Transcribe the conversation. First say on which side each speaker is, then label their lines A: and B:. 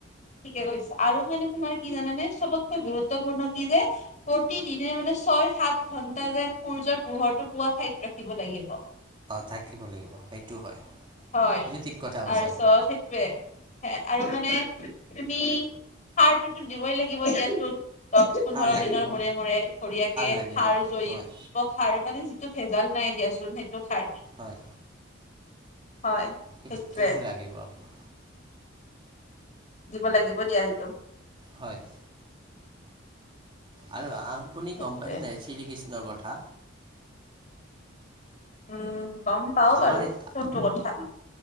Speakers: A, on the left; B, on the right.
A: ঠিকে কৈছা আৰু মানে তোমাৰ কি জানানে চবতকৈ গুৰুত্বপূৰ্ণ কি যে প্ৰতিদিনে মানে মানে ছয় সাত ঘন্টা যেন সূৰ্যৰ পোহৰটো পুৱা ঠাইত ৰাখিব লাগিব
B: থাকিব লাগিব সেইটো হয়।
A: হয়
B: সেইটো ঠিক কথা কৈছে
A: তাৰপিছত
B: আপুনি
A: সেইটোয়ে আৰু মানে। তুমি সাৰটোতো দিবই লাগিব দিয়াচোন। দহ পোন্ধৰ
B: সাৰ লাগিব
A: দিনৰ মূৰে মূৰে সৰিয়াকে
B: লাগিব
A: সাৰ জয়
B: হয়
A: সাৰ মানে যিটো ভেজাল নাই দিয়াচোন সেইটো সাৰ
B: হয়
A: হয়
B: সেইটো
A: সেইটোৱে
B: সেইটো লাগিব আপোনাক
A: দিব লাগিব দিয়া সেইটো।
B: হয় আৰু আপুনি
A: সেইটোৱে
B: গম পাইছেনে শ্ৰীকৃষ্ণৰ কথা
A: উম গম পাও
B: আমাৰ
A: বাৰু
B: এত-
A: কোনটো কথা।